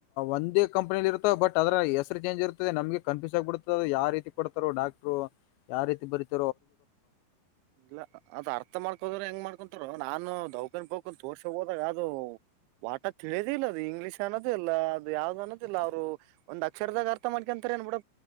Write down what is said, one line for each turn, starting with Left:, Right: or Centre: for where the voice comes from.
Left: ಒಂದೇ ಕಂಪನಿಲ್ಲಿ ಇರ್ತದೆ ಬಟ್ ಅದರ ಹೆಸರು ಚೇಂಜ್ ಇರುತ್ತದೆ ನಮಗೆ ಕನ್್ಯೂಸ್ ಆಗಿಬಡದೆ ಅದು ಯಾವ ರೀತಿ ಕೊಡ್ತಾರ ಡಾಕ್ಟರು ಯಾವ ರೀತಿ ಬರುತ
Right: ಇಲ್ಲ ಅದ್ ಅರ್ಥ ಮಾಡ್ಕೋದ್ರೆ ಹೆಂಗ್ ಮಾಡ್ಕ ಹಕರು ನಾನು ದೌಕನ್ ಬಕೊಂಡ ತೋರ್ಸ ಹೋದಾಗ ಅದು ವಾಟ ತಿಳಿದಿಲ್ಲಲ್ಲ ಅದು ಇಂಗ್ಲೀಷ್ ಅನ್ನೋದ ಇಿಲ್ಲ ಅದು ಯಾವ್ದ್ ಅನ್ನೋದಿಲ್ಲ ಅವ್ರು ಒಂದ್ ಅಕ್ಷರದಾಗ ಅರ್ಥ ಮಾಡ್ಕೊಂತಾರೆ ಏನ್ ಬಿಿಡ